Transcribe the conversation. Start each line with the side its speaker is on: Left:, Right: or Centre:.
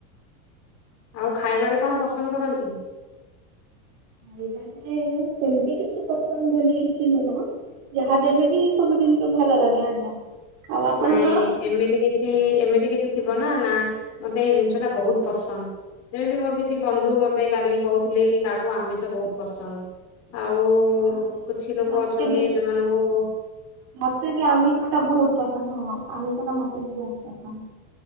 Left: ଆଉ ଖାଇବାରେ କଣ ପସନ୍ଦ କରନ୍ତି।
Right: ଖାଇିବାରେ ସେମିତି କିଛି ପସନ୍ଦଉନି କିଛି ନୁହଁ। ଯାହା ଦେଲେ ବି ସବୁ ଜିନିଷକୁ ଭଲ ଲାଗେ ଆଜ୍ଞା। ଆଉ ଆପଣଙ୍କର?
Left: ନାଇଁ ଏମିତି କିଛି ଏମିତି କିଛି ଥିବ ନା ନା ମତେ ଏଇ ଜିନିଷ ଟା ବହୁତ ପସନ୍ଦ। ଯେମିତି ମୋର କିଛି ବନ୍ଧୁ ମତେ କାଲି କହୁଥିଲେ କି କାହାକୁ ଆମିଷ ବହୁତ ପସନ୍ଦ। ଆଉ
Right: ହଁ
Left: କିଛି ଲୋକ
Right: ମତେ
Left: ଅଛନ୍ତି
Right: ବି
Left: ଯୋମାନଙ୍କୁ
Right: ମତେ ବି ଆମଷ ଟା ବହୁତ ପସନ୍ଦ ହଁ ଆମିଷ ଟା ମତେ ବି ବହୁତ ପସନ୍ଦ।